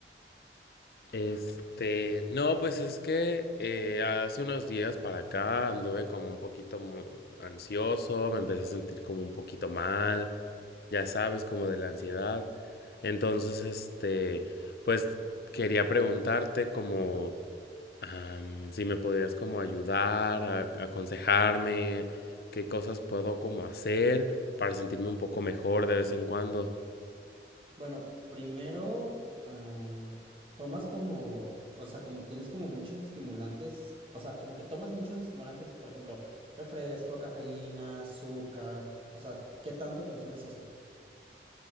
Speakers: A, on the left; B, on the right.
A: Este, no, pues es que eh, hace unos días para acá anduve como un poquito mu- ansioso, me empecé a sentir como un poquito mal, ya sabes, como de la ansiedad. Entonces, este, pues quería preguntarte como am, si me podrías como ayudar, a, aconsejarme, qué cosas puedo como hacer para sentirme un poco mejor de vez en cuando.
B: Bueno, primero, eh, tomas como, o sea, como tienes como muchos estimulantes, o sea, como que tomas muchos estimulantes, por ejemplo, refresco, cafeína, azúcar, o sea, ¿qué tanto consumes eso?